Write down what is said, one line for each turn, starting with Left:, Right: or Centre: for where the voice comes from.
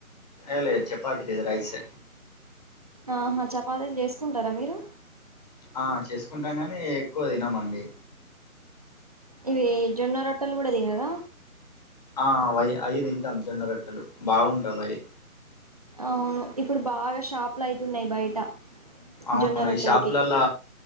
Left: ఏ లేదు చెపతీ లేదు రైసే
Right: ఆహా చపాతీలు చేసుకుంటారా మీరు
Left: ఆ చేసుకుంటాం గాని ఎక్కువ తినం అండి
Right: ఇవి జొన్న రోట్టలు కూడా తినరా
Left: ఆ అయ్యి తింటాం జొన్న రొట్టెలు బాగుంటయి వాయి
Right: అవును ఇప్పుడు బాగా షాపులు అయితున్నాయి బయట
Left: అవును
Right: జొన్న రొట్టెలకి
Left: ఈ షాపులల్ల